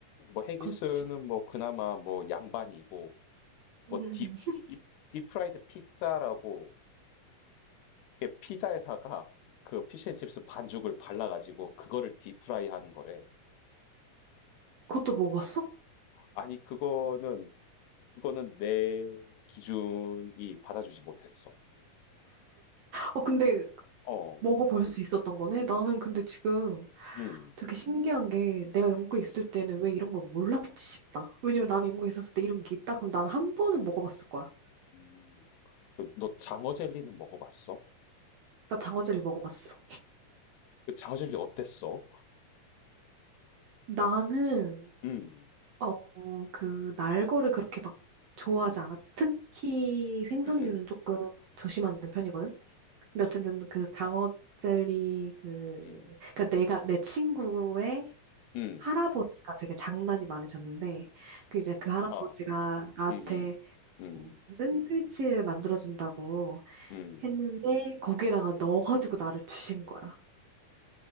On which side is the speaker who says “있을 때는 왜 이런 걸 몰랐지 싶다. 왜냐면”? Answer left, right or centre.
Right